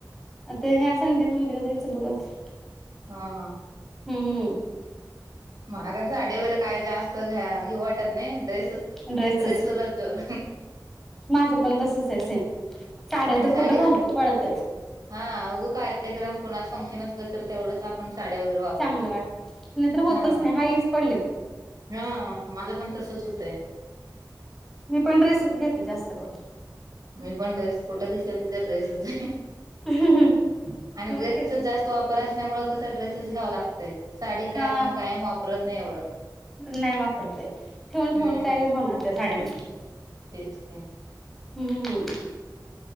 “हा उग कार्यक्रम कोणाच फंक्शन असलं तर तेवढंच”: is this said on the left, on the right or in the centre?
Right